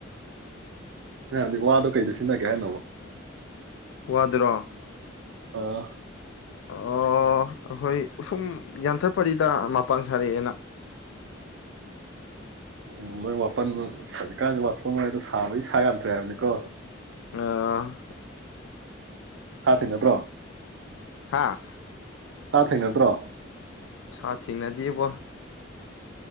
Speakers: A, on the right; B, on the left.
A: ꯗꯤ ꯋꯥꯗꯣ ꯀꯩꯗꯣ ꯁꯤꯖꯤꯟꯅꯒꯦ ꯍꯥꯏꯅꯣꯕ
B: ꯋꯥꯗ꯭ꯔ
A: ꯑꯥ
B: ꯑꯩꯈꯣꯏ ꯑꯁꯨꯝ ꯌꯥꯟꯊꯠ ꯄꯔꯤꯗ ꯃꯄꯥꯟ ꯁꯥꯔꯛꯑꯦꯅ
A: ꯎ ꯃꯣꯏ ꯋꯥꯄꯜ ꯍꯧꯖꯤꯛꯀꯥꯟꯒꯤ ꯋꯥꯊꯣꯛꯉꯩꯗꯣ ꯁꯥꯕꯒꯤ ꯁꯥ ꯌꯥꯝꯗ꯭ꯔꯦ ꯍꯥꯏꯕꯅꯤꯀꯣ
B: ꯑ
A: ꯁꯥ ꯊꯦꯡꯅꯗ꯭ꯔꯣ
B: ꯍꯥꯥ
A: ꯁꯥ ꯊꯦꯡ ꯅꯠꯇ꯭ꯔꯣ
B: ꯁꯥ ꯊꯦꯡꯅꯗꯕ